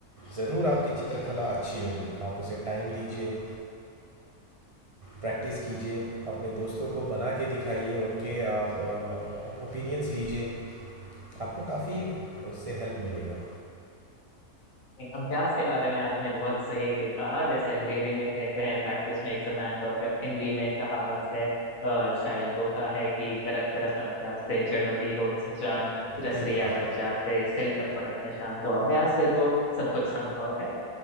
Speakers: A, on the right; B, on the left.
A: ज़रूर आपकी चित्रकला अच्छी होगी आप उसे टाइम दीजिए प्रैक्टिस कीजिए अपने दोस्तों को बना के दिखाइए उनके आप ओपिनियंस लीजिए आपको काफ़ी उससे हेल्प मिलेगा
B: नहीं, अभ्यास के बारे में आपने बहुत सही कहा जैसे अंग्रेजी में कहते हैं practice makes a man perfect Hindi में एक कहावत है अ, शायद दोहा है कि करत करत अभ्यास ते जड़मति होत जान रस
A: बिल्कुल
B: रियावत जात ते सिल पर पड़त निशान तो अभ्यास से तो सब कुछ संभव है